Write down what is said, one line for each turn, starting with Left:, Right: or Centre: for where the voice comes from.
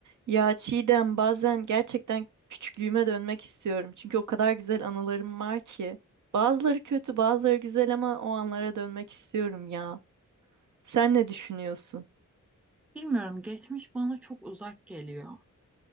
Right: Ya Çiğdem bazen gerçekten küçüklüğüme dönmek istiyorum. Çünkü o kadar güzel anılarım var ki. Bazıları kötü, bazıları güzel ama o anlara dönmek istiyorum ya. Sen ne düşünüyorsun?
Centre: Bilmiyorum geçmiş bana çok uzak geliyor.